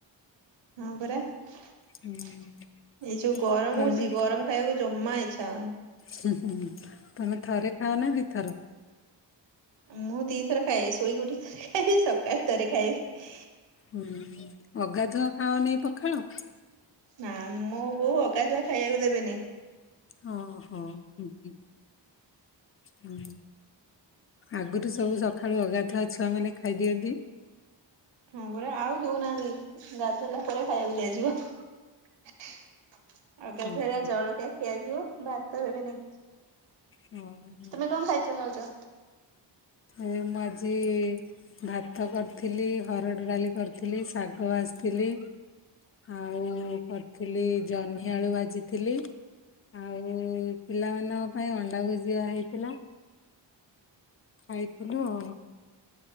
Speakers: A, on the right; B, on the left.
A: ହଁ ପରା। ଏଇ
B: ହୁଁ
A: ଯୋଉ ଗରମ
B: ତମେ
A: ହଉଛି ଗରମ ଖାଇବାକୁ ଜମା ଇଚ୍ଛା ହଉନି।
B: ହୁଁ ହୁଁ ତମେ ଥରେ ଖାଅ ନା ଦିଥର?
A: ମୁଁ ଦି ଥର ଖାଏ ଶୋଇ ଉଠିକ୍ ଥରେ ଖାଇବି ସକାଳ ଥରେ ଖାଇବି।
B: ହୁଁ ଅଗାଧୁଆ ଖାଅନାଇ ପଖାଳ?
A: ନା ମୁଁ ବୋଉ ଅଗାଧୁଆ ଖାଇବାକୁ ଦେବେନି।
B: ହଁ ହଁ ହଁ ହଁ। ହଁ ଆଗରୁ ସବୁ ସକାଳୁ ଅଗାଧୁଆ ଛୁଆ ମାନେ ଖାଇଦିଅନ୍ତି।
A: ହଁ ପରା ଆଉ ଦଉନାହାନ୍ତି ଗାଧୋଇଲା ପରେ ଖାଇବାକୁ ଦିଆଯିବ ଅ ଗାଧୁଆ
B: ହୁଁ
A: ହେଲା
B: ହୁଁ।
A: ଜଳ ଖିଆ ଯିବ ଭାତ ଦେବେନି।
B: ହଁ।
A: ତୁମେ କଣ ଖାଇଛ ଭାଉଜ?
B: ଏ ମୁଁ ଆଜି ଭାତକୁ ଥିଲି ହରଡ଼ ଡାଲି କରିଥିଲି ଶାଗ ଭାଜିଥିଲି ଆଉ କରିଥିଲି ଜହ୍ନିଆଳୁ ଭାଜିଥିଲି ଥିଲି ଆଉ ପିଲାମାନଙ୍କ ପାଇଁ ଅଣ୍ଡା ଭୁଜିଆ ହେଇଥିଲା ଖାଇଥିଲୁ ଆଉ